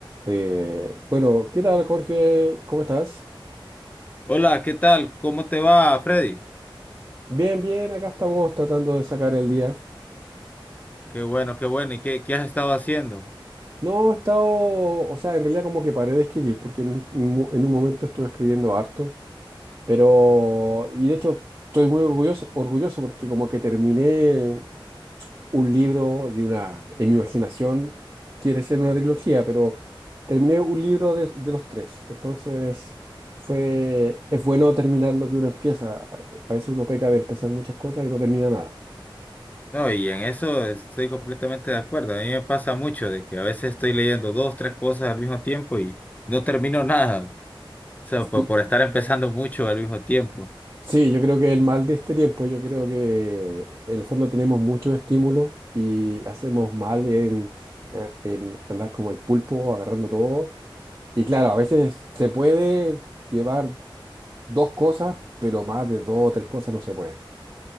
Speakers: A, on the right; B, on the left.
A: Eh, bueno, ¿qué tal, Jorge? ¿Cómo estás?
B: Hola, ¿qué tal? ¿Cómo te va, Freddy?
A: Bien, bien, acá estamos tratando de sacar el día.
B: Qué bueno, qué bueno. ¿Y qué, qué has estado haciendo?
A: No he estado, o sea, en realidad como que paré de escribir, porque en, un mo- en un momento estuve escribiendo harto, pero, y de hecho estoy muy orgulloso, orgulloso porque como que terminé un libro de una, en mi imaginación, quiere ser una trilogía, pero terminé un libro de, de los tres. Entonces, fue, es bueno terminar lo que uno empieza. A veces uno peca de empezar muchas cosas y no termina nada.
B: No, y en eso estoy completamente de acuerdo. A mí me pasa mucho de que a veces estoy leyendo dos, tres cosas al mismo tiempo y no termino nada. O sea,
A: Sí,
B: por, por estar empezando mucho al mismo tiempo.
A: sí, yo creo que el mal de este tiempo, yo creo que en el fondo tenemos muchos estímulos y hacemos mal en, eh, en andar como el pulpo, agarrando todo. Y claro, a veces se puede llevar dos cosas, pero más de dos o tres cosas no se puede.